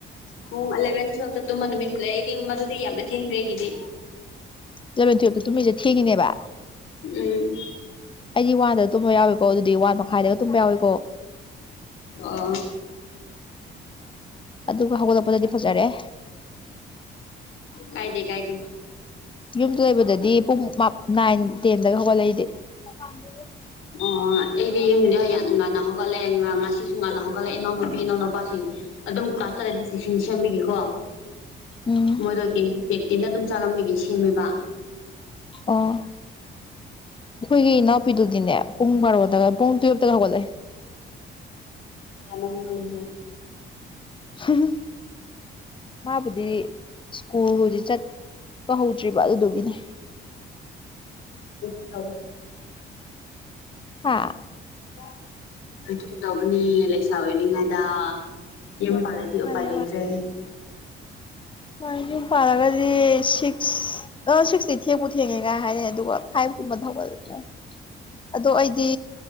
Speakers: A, on the left; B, on the left.
A: ꯄꯨꯡ ꯑꯦꯂꯚꯦꯟ ꯇꯨꯋꯜꯕꯇ ꯇꯨꯝꯕ ꯅꯨꯃꯤꯠ ꯂꯩꯑꯦ ꯑꯩꯗꯤ ꯃꯗꯨꯗꯤ ꯌꯥꯝꯅ ꯊꯦꯡꯈ꯭ꯔꯦ ꯑꯩꯒꯤꯗꯤ
B: ꯑꯦꯂꯚꯦꯟ ꯇꯨꯌꯦꯜꯞꯇ ꯇꯨꯝꯃꯤꯁꯦ ꯊꯦꯡꯉꯤꯅꯦꯕ
A: ꯎꯝ
B: ꯑꯩꯗꯤ ꯋꯥꯟꯗ ꯇꯨꯝꯕ ꯌꯥꯎꯋꯦꯀꯣ ꯑꯗꯨꯗꯤ ꯋꯥꯟ ꯃꯈꯥꯏꯗꯒ ꯇꯨꯝꯕ ꯌꯥꯎꯋꯤ
A: ꯑꯣ
B: ꯑꯗꯨꯕꯨ ꯍꯧꯒꯠꯂꯛꯄꯗꯗꯤ ꯐꯖꯔꯦ
A: ꯀꯥꯏꯗꯦ ꯀꯥꯏꯗꯦ
B: ꯌꯨꯝꯗ ꯂꯩꯕꯗꯗꯤ ꯄꯨꯡ ꯃꯥꯞ ꯅꯥꯏꯟ ꯇꯦꯟꯗꯒ ꯍꯧꯒꯠꯂꯦ ꯑꯩꯗꯤ <unintelligible>
A: ꯑꯣ ꯑꯩꯗꯤ ꯌꯨꯝꯗ ꯌꯥꯝ ꯉꯥꯟꯅ ꯍꯧꯒꯠꯂꯦ ꯉꯁꯤꯁꯨ ꯉꯥꯟꯅ ꯍꯧꯒꯠꯂꯦ ꯏꯅꯎꯅꯨꯄꯤ ꯏꯅꯥꯎꯅꯨꯄꯥꯁꯤꯡ ꯑꯗꯨꯝ ꯀꯂ꯭ꯥꯁ ꯆꯠꯂꯗꯤ ꯇꯤꯐꯤꯟ ꯁꯦꯝꯕꯤꯒꯤꯀꯣ
B: ꯎꯝ
A: ꯃꯣꯏꯗꯣ ꯀꯦꯟ ꯀꯦꯟꯇꯤꯟꯗ ꯑꯗꯨꯝ ꯆꯥꯔꯝꯕꯤꯒꯤ ꯁꯦꯝꯃꯦꯕ
B: ꯑꯣ ꯑꯩꯈꯣꯏꯒꯤ ꯏꯅꯥꯎꯄꯤꯗꯨꯗꯤꯅꯦ ꯄꯨꯡ ꯕꯥꯔꯣꯗꯒ ꯄꯨꯡ ꯇꯨꯌꯦꯜꯞꯇꯒ ꯍꯧꯒꯠꯂꯦ
A: ꯌꯥꯝꯅ <unintelligible>
B: <unintelligible> ꯃꯥꯕꯨꯗꯤ ꯁ꯭ꯀꯨꯜꯕꯨꯗꯤ ꯆꯠꯄ ꯍꯧꯗ꯭ꯔꯤꯕ ꯑꯗꯨꯗꯨꯒꯤꯅꯦ
A: <unintelligible>
B: ꯍꯥꯥ
A: <unintelligible> ꯗꯧꯕꯅꯦ ꯂꯩꯁꯥ ꯑꯣꯏꯔꯤꯉꯩꯗ ꯌꯨꯝ ꯄꯜꯂꯥꯗꯤ
B: ꯃꯥꯅꯦ
A: ꯎꯄꯥꯏ ꯂꯩꯇ꯭ꯔꯦ
B: ꯍꯣꯏ ꯌꯨꯝ ꯄꯜꯂꯒꯗꯤ ꯁꯤꯛꯁ ꯑ ꯁꯤꯛꯁꯇꯤ ꯊꯦꯡꯕꯨ ꯊꯦꯡꯉꯦꯒꯥꯏ ꯍꯥꯏꯅꯩ ꯑꯗꯨꯒ ꯐꯥꯏꯚ ꯃꯇꯨꯡ ꯑꯣꯏꯕꯁꯨ ꯌꯥꯏ ꯑꯗꯣ ꯑꯩꯗꯤ